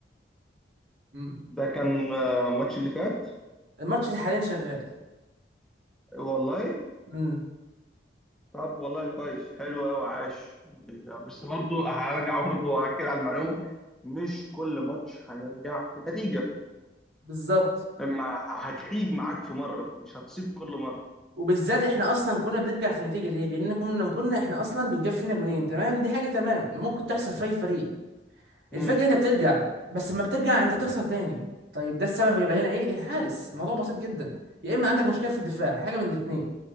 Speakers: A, on the right (about 75°); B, in the centre.
A: امم
B: ده كان آه، الماتش اللي فات
A: الماتش ده حاليا شغال
B: والله
A: امم
B: طب والله كويس حلو قوي عاش يعني بس برضو هرجع برضو واكد على المعلومه مش كل ماتش هنرجع في نتيجه
A: بالظبط
B: اما هتخيب معاك في مره مش هتصيب كل مره
A: وبالذات احنا اصلا كنا بنرجع في نتيجه ليه لان كنا كنا احنا اصلا بتجاب فينا جونين تمام دي حاجه تمام ممكن تحصل في اي فريق
B: امم
A: الفكره انت بترجع بس لما بترجع انت تخسر تاني طيب ده السبب هيبقى هنا ايه الحارس الموضوع بسيط جدا يا اما عندك مشكله في الدفاع حاجه من الاثنين